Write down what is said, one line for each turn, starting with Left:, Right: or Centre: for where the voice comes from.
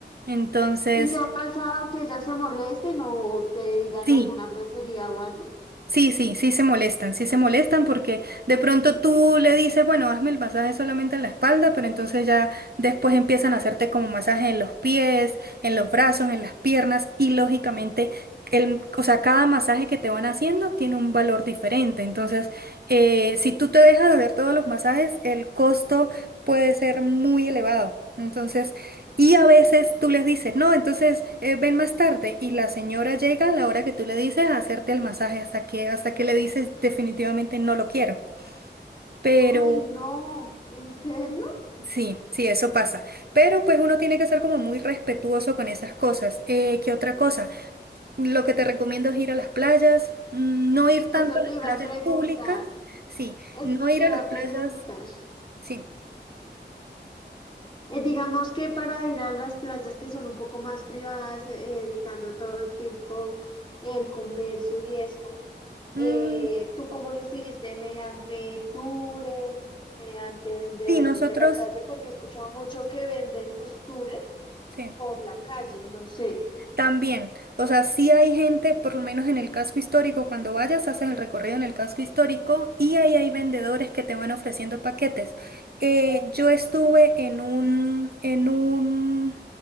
Right: Entonces,
Left: ¿Y se ha pasado que ya se molesten o te digan
Right: sí.
Left: alguna grosería o algo?
Right: Sí, sí, sí se molestan, sí se molestan porque de pronto tú le dices, bueno, hazme el masaje solamente en la espalda, pero entonces ya después empiezan a hacerte como masaje en los pies, en los brazos, en las piernas y lógicamente, el, o sea, cada masaje que te van haciendo tiene un valor diferente. Entonces, eh, si tú te dejas de hacer todos los masajes, el costo puede ser muy elevado. Entonces, y a veces tú les dices, no, entonces eh, ven más tarde y la señora llega a la hora que tú le dices a hacerte el masaje hasta que, hasta que le dices definitivamente no lo quiero. Pero
Left: Ay, no, ¿en serio?
Right: sí, sí, eso pasa. Pero pues uno tiene que ser como muy respetuoso con esas cosas. Eh, ¿qué otra cosa? Lo que te recomiendo es ir a las playas, mm, no ir
Left: Eso
Right: tanto a
Left: te
Right: las
Left: iba
Right: playas
Left: a preguntar,
Right: públicas, sí,
Left: eso
Right: no ir
Left: te
Right: a
Left: iba
Right: las
Left: a
Right: playas,
Left: preguntar.
Right: sí.
Left: Eh, digamos que para ir a las playas que son un poco más privadas, eh, evitando todo el tiempo el comercio y eso. Eh,
Right: Mm,
Left: ¿tú cómo lo hiciste? ¿Mediante tours, mediante vendedores
Right: sí, nosotros,
Left: de la calle? Porque he escuchado mucho que venden los tours
Right: sí.
Left: por la calle, no sé.
Right: También, o sea, sí hay gente, por lo menos en el casco histórico, cuando vayas, haces el recorrido en el casco histórico y ahí hay vendedores que te van ofreciendo paquetes. Eh, yo estuve en un, en un,